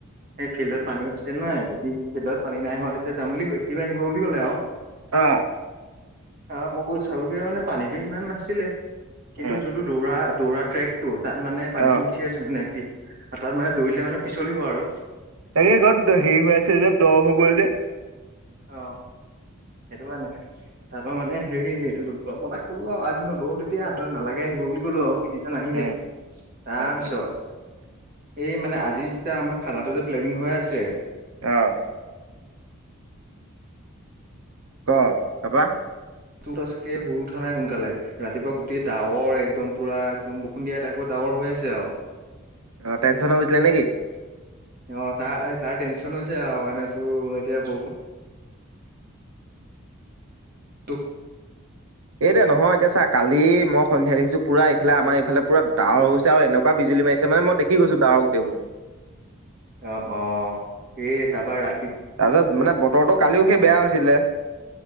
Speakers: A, on the right; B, on the right.
A: সেই ফিল্ডত পানী হৈছে নাই। যদি ফিল্ডত পানী নাই হোৱা তে যাম বুলি কয়- সিবা আহিব বুলি ক'লে আও।
B: অ।
A: আহ মই গৈ চালোগে মানে পানীতো ইমান নাছিলে কিন্তু
B: উম
A: যোনটো দৌৰা দৌৰা ট্ৰেকটো তাত মানে পানীটো
B: অ
A: উঠি আছে মানে পি তাত মানে দৌৰিলে মানে পিছলিব আৰু।
B: তাকে ক সেই হৈ আছে যে দ হৈ গ'ল যে।
A: অ, সেইটো কাৰনে তা অ মানে হেৰি মই তাক কলো আও আগদিনা দৌৰ তেতিয়া নালাগে আহিব বুলি কলো আও। তেতিয়া নাহিলে
B: উম
A: তাৰপিছত
B: উম উম
A: এই মানে আজি যেতিয়া আমা খানাটো যে প্লেনিং হৈ আছে
B: আহ। ক তাৰপৰা?
A: তু তচকে শুই উঠা নাই সোনকালে ৰাতিপুৱা গোটেই ডাৱৰ একদম পুৰা একদম বসুন্ধিয়া টাইপ ডাৱ বৰ হৈ আছে আও।
B: অ টেনচন হৈছিলে নেকি?
A: অ তাৰ তাৰ টেনচন হৈছে আহ মানে তোৰ এতিয়া বৰষু তুক
B: এইতে নহয় এতিয়া চা কালি মই সন্ধ্যা দেখিছো পুৰা ইফালে আমাৰ এইফালে পুৰা ডাৱৰ হৈছে আৰু এনেকুৱা বিজ মাৰিছে নহয়, মই দেখি গৈছো ডাৱৰ গোটেবো।
A: অ অ, এই তাপা ৰাত
B: তাৰপিছত মানে বতৰটো কালিও সেই বেয়া হৈছিলে।